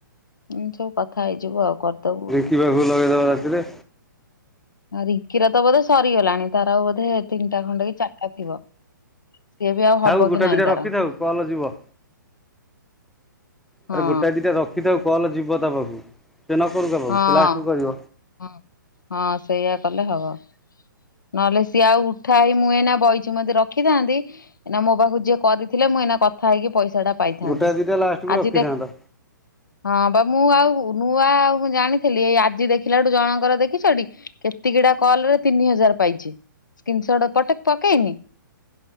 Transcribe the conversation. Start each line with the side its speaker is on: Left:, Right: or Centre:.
Left: ଏମତି ସବୁ କଥା ହେଇଯିବୁ ଆଉ କରିଦବୁ।
Centre: ଶିବାକୁ ଲଗେଇଦେବା ରାତିରେ।
Left: ଅ, ରିଙ୍କିର ତ ବୋଧେ ସରିଗଲାଣି ତାର ଆଉ ବୋଧେ ତିନିଟା ଖଣ୍ଡେ କି ଚାଟା ଥିବ। ସିଏ ବି ଆଉ ହବ
Centre: ଥାଉ ଗୋଟେ
Left: କି ନାଇଁ
Centre: ଦିଟା
Left: ତାର
Centre: ରଖିଥାଉ କଲ୍ ଯିବ।
Left: ହଁ
Centre: ଆରେ ଗୋଟାଏ ଦିଟା ରଖିଥାଉ କଲ୍ ଯିବ ତା ପାଖକୁ। ସେ ନ କରୁ କା ପାଖକୁ
Left: ହଁ,
Centre: ସେ ଲାଷ୍ଟକୁ କରିବ
Left: ହଁ, ହଁ ସେଇଆ କଲେ ହବ। ନହେଲେ ସିଏ ଆଉ ଉଠା ହେଇ ମୁଁ ଏଇନା ବଇଛି ମୁଁ ଯଦି ରଖିଥାଆନ୍ତି। ଏଇନା ମୋ ପାଖକୁ ଯିଏ କରିଥିଲେ ମୁଁ ଏଇନା କଥା ହେଇକି ପଇସା ଟା ପାଇଥାନ୍ତି।
Centre: ଗୋଟାଏ ଦିଟା ଲାଷ୍ଟକୁ
Left: ଆଜି
Centre: ରଖିଥାନ୍ତା
Left: ଦେ ହଁ ବା ମୁଁ ଆଉ ନୂଆ ଆଉ କଣ ଜାଣିଥିଲି ଏଇ ଆଜି ଦେଖି ଥିଲାଠୁ ଜଣଙ୍କର ଦେଖିଛ ଟି କେତିକିଟା କଲ୍ ରେ ତିନି ହଜାର ପାଇଛି। ସ୍କିନ୍ ସଟ୍ ପଟେ ପକେଇନି।